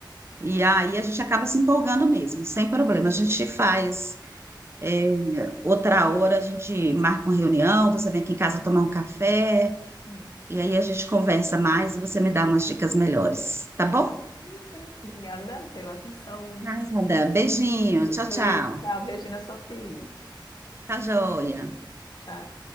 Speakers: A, on the right (about 30°); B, on the left (about 60°).
A: E aí a gente acaba se empolgando mesmo, sem problema. A gente faz é, outra hora, a gente marca uma reunião, você vem aqui em casa tomar um café,
B: Sim,
A: e aí a gente conversa mais e você me dá umas dicas melhores, tá
B: sim.
A: bom?
B: Sim, sim. Obrigada pela atenção.
A: Nada, beijinho, tchau,
B: Beijo.
A: tchau.
B: Tchau, beijo na sua filha.
A: Tá joia.
B: Tchau.